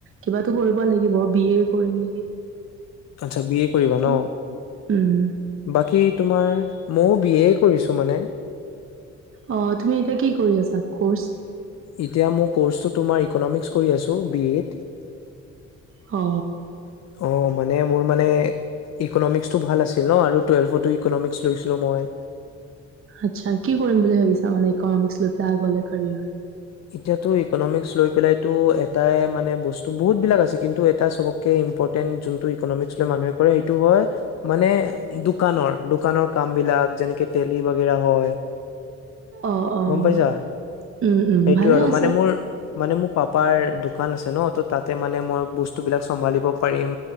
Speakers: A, on the right; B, on the left.
A: কিবাতো কৰিব লাগিব বি এ কৰিম নেকি।
B: আচ্ছা বি এ কৰিবা ন?
A: উম উম।
B: বাকী তোমাৰ, মইও বি এ কৰিছো মানে।
A: অ তুমি এতিয়া কি কৰি আছা কৰ্চ?
B: এতিয়া মোৰ কৰ্চটো তোমাৰ ইকনমিক্স কৰি আছো বি এত।
A: অ।
B: অ মানে মোৰ মানে, ইকনমিক্সটো ভাল আছিল ন, আৰু টুৱেলভতো ইকনমিক্স লৈছিলোঁ মই।
A: আচ্ছা, কি কৰিম বুলি ভাবিছা মানে ইকনমিক্স লৈ পেলাই আগলৈ কেৰিয়াৰ?
B: এতিয়াতো ইক'নমিক্স লৈ পেলাইতো তাই মানে বস্তু বহুত বিলাক আছে, কিন্তু এটা চবতকে ইম্পৰ্টেণ্ট যোনটো ইক'নমিক্স লৈ মানুহে কৰে, সেইটো হয়। মানে দোকানৰ, দোকানৰ কাম বিলাক যেনেকে ডেইলি বাগৰা হয়।
A: অ', অ'।
B: গম পাইছা
A: উম্, উম্
B: সেইটোয়ে
A: ভালে
B: আৰু
A: আছে।
B: মানে মোৰ মানে মোৰ পাপাৰ দোকান আছে ন, তাতে মানে মই বস্তু বিলাক চম্ভালিব পাৰিম।